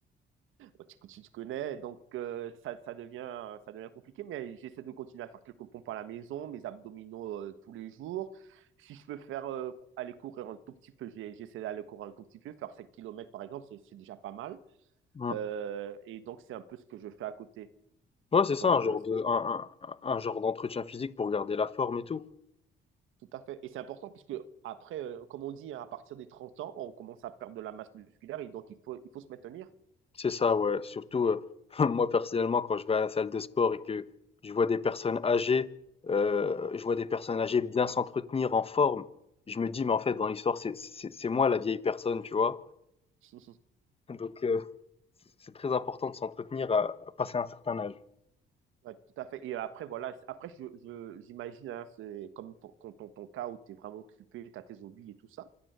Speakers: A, on the right; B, on the left.
A: euh, tu, tu te connais, donc euh, ça, ça, devient, ça devient compliqué. Mais j'essaie de continuer à faire quelques pompes à la maison, mes abdominaux euh, tous les jours si je peux faire euh, aller courir un tout petit peu, j'essaie d'aller courir un tout petit peu, faire 7 kilomètres par exemple, c'est c'est déjà pas mal.
B: Mmh.
A: Euh, et donc, c'est un peu ce que je fais à côté.
B: Ouais, c'est
A: Donc,
B: ça, un genre
A: euh, c'est
B: de
A: ça.
B: un un un genre d'entretien physique pour garder la forme et tout.
A: Tout à fait. Et c'est important puisque après, euh, comme on dit, hein, à partir des trente ans, on commence à perdre de la masse musculaire et donc il faut, il faut se maintenir.
B: C'est ça, ouais. Surtout, euh, <laughs> moi personnellement, quand je vais à la salle de sport et que je vois des personnes âgées, euh, je vois des personnes âgées bien s'entretenir en forme, je me dis, mais en fait, dans l'histoire, c'est c'est- c'est moi la vieille personne, tu vois.
A: <laughs>
B: Donc, euh, c'est c'est très important de s'entretenir à, à passer un certain âge.
A: Ouais, tout à fait. Et après, voilà, c'est- après, je, je- j'imagine, hein, c'est comme pour- con- ton, ton cas où tu es vraiment occupé, tu as tes hobbies et tout ça.